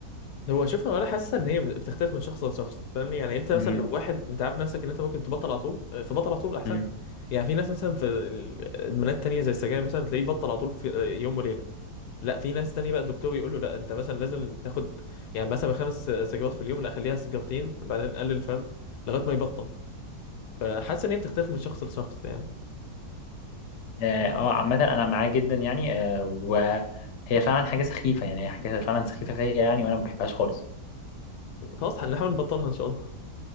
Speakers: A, on the left; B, on the left.
A: هو شوف هو انا حاسس ان هي بتختلف من شخص لشخص فاهمني يعني انت مثلا
B: امم
A: لو واحد انت عارف نفسك ان انت ممكن تبطل على طول آه، فبطل على طول احسن
B: امم
A: يعني في ناس مثلا في ال- ادمانات تانية زي السجاير مثلا تلاقيه بطل على طول في آه، يوم وليله لا في ناس تانية بقى الدكتور يقول له لا انت مثلا لازم تاخد يعني مثلا خمس سجوات في اليوم لا خليها سجارتين بعدين قلل فاهم لغايه ما يبطل فحاسس ان هي بتختلف من شخص لشخص يعني
B: اه آه، عامة أنا معاه جدا يعني آه وهي فعلا حاجة سخيفة يعني هي حاجة فعلا سخيفة فيا يعني وأنا ما بحبهاش خالص
A: خلاص هنحاول نبطلها ان شاء الله